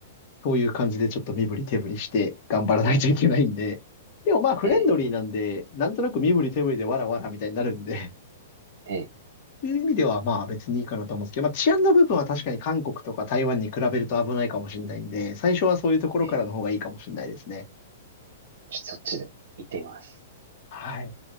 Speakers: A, on the left; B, on the right.
A: そういう感じでちょっと身振り手振りして頑張らないといけないんで。
B: え、
A: でもまあ、フレンドリーなんで、
B: え、
A: なんとなく身振り手振りでわらわらみたいになるんで、
B: え、
A: いう意味では、まあ別にいいかなと思うんですけど、まあ治安の部分は確かに韓国とか台湾に比べると危ないかもしれないんで、最初はそういうところからの方がいいかもしれないですね。
B: え、ちょそっちで行ってみます。
A: はい。